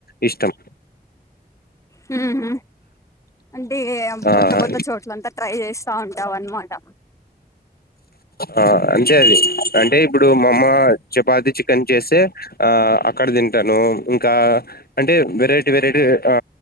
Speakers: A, on the left; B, on the left.
A: ఇష్టం
B: హ్మ్ అంటే
A: ఆ
B: కొత్త కొత్త చోట్లంతా ట్రై చేస్తా ఉంటావు అన్నమాట
A: ఆ అంతే అది అంటే ఇప్పుడు మా అమ్మ చపాతి చికెన్ చేస్తే ఆ అక్కడ తింటాను. ఇంకా అంటే వెరైటీ వెరైటీ ఆ